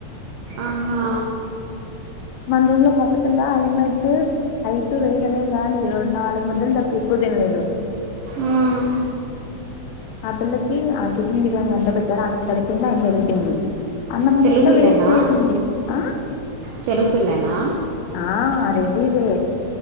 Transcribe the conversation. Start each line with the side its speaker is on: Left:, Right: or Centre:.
Right: ఆహా
Left: మన ఊర్ల కొత్త పిల్ల ఆయమ్మైతే అయిటు వేయడమే గాని రెండు నాలుగు ముద్దలు తప్ప ఎక్కువ తినలేదు
Right: ఉమ్,
Left: ఆ పిల్లకి ఆ చికెన్ బిర్యానీ ఎంత పెట్టారో అంత సరిపోంది ఆయమ్మి ఏళ్లిపోయింది అన్నమంతా
Right: తెలుగు పిల్లేనా
Left: వేస్ట్ అయిపోయింది ఆ
Right: తెలుగు పిల్లేనా
Left: ఆ రెండు చే